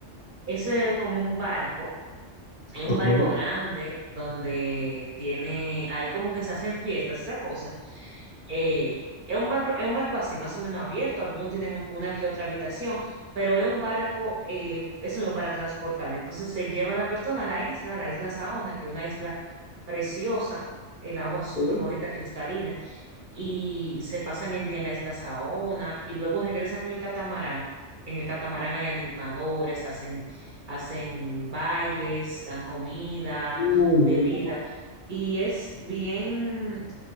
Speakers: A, on the right; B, on the left.
A: Eso es como un barco, es un
B: Ok.
A: barco grande donde tiene, ahí como que se hacen fiestas, esa cosa. Eh, es un barco, es un barco así, más o menos abierto. Algunos tienen un- una que otra habitación, pero es un barco, eh, eso mismo, para transportar. Entonces se lleva a la persona a la isla, la isla Saona, que es una isla preciosa, el agua es súper
B: Uy,
A: bonita, cristalina, y se pasan el día en la isla Saona y luego regresan en el catamarán. En el catamarán hay animadores, hacen, hacen bailes, dan comida,
B: uy,
A: bebida,
B: uy,
A: y es bien